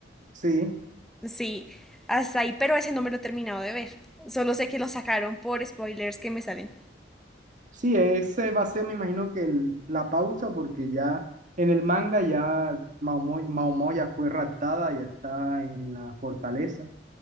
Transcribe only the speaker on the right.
Sí,
sí, ese va a ser, me imagino que el- la pausa, porque ya en el manga ya Maomo, Maomo ya fue raptada, ya está en la fortaleza,